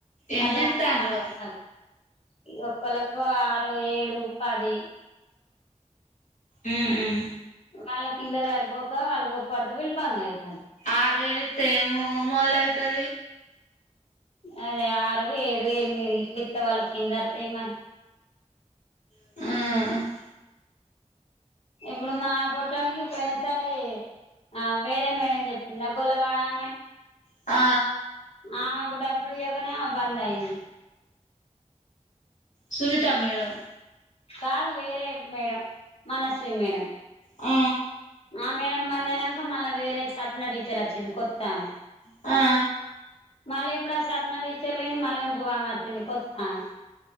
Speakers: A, on the left; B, on the left.
A: ఎంత
B: అల్లానా
A: ఇత్తాండ్రో
B: మనకు ఏం కాదు ఇగ ఒకలకు ఆరు ఏడు పది
A: ఊ ఊ
B: వాళ్ళకిండ్ల సరిపోకా వాళ్లు గొప్పడత వీళ్ళు బంద్ ఐతాలు
A: ఆరువెలితే ఏం మొదలయితీ
B: అదే ఆరు ఏడు ఎనిమిది ఇట్లు ఇత్తే వాళ్ళకేందర్తయ్ మరి
A: ఆ
B: ఇప్పుడు మా పోట్టోనికి పోయిన సారి ఆ వేరే మేడం చెప్పిందా గొల్లవాడమే
A: ఆ
B: ఆమెకు డబ్బులు ఇయ్యకనే ఆమె బంద్ అయింది
A: సునీతా మేడం
B: కాదు వేరే మేడం మనస్వి మేడం
A: ఊ
B: ఆ మేడం బంద అనక మళ్ళా వేరే సప్న టీచర్ వచ్చింది కొత్తామే
A: ఆ
B: మళ్ళీ ఇప్పుడు ఆ సప్న టీచర్ పోయింది మళ్ళీ ఇంకో ఆమె వచ్చింది కొత్త ఆమె